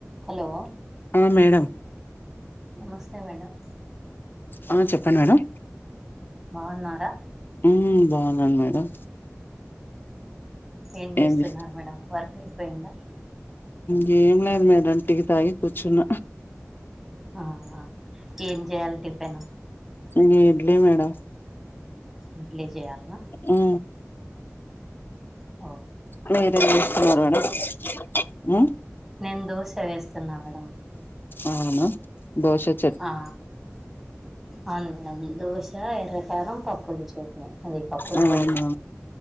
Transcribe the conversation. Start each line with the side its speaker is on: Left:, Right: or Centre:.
Centre: Hello
Left: ఆ madam
Centre: నమస్తే madam
Left: ఆ చెప్పండి మేడం
Centre: బాన్నార
Left: ఉ బాన్నాను మేడం
Centre: ఏం చేస్తున్నారు
Left: ఏంది
Centre: మేడం వర్క్ అయిపోయిందా
Left: గేం ఏం లేదు మేడం టీ తాగి కూర్చున్న
Centre: ఆ ఏం చేయాలి టిఫెను
Left: నే ఇడ్లీ మేడం
Centre: ఇడ్లీ చేయ్యాలన్నా
Left: ఉ
Centre: ఓ
Left: మీరేం చేస్తున్నారు మేడం ఉ
Centre: నేన్ దోశ వేస్తున్నా మేడం
Left: అవునా దోశత్
Centre: ఆ అవును మేడం దోశ ఎర్రకారం పప్పులు చట్నీ అది పప్పుల
Left: అవునా
Centre: పొడి